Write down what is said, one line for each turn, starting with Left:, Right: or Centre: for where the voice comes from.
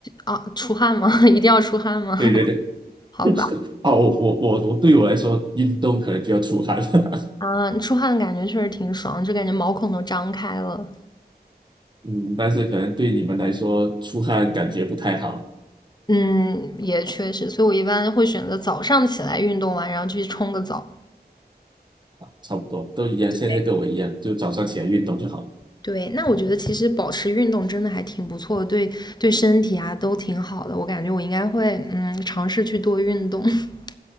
Left: 啊，出汗吗？<laughs> 一定要出汗吗？
Right: 对对对，
Left: <laughs> 好吧，
Right: <laughs> 哦，我我我我对我来说，运动可能就要出汗了，
Left: 啊，出汗的感觉确实挺爽，就感觉毛孔都张开了。
Right: <laughs> 嗯，但是可能对你们来说，出汗感觉不太好，
Left: 嗯，也确实，所以我一般会选择早上起来运动完，然后去冲个澡。
Right: 差不多都一样。
Left: 对。
Right: 现在跟我一样，就早上起来运动就好了。
Left: 对，那我觉得其实保持运动真的还挺不错的，对对身体啊都挺好的。我感觉我应该会嗯尝试去多运动。<laughs>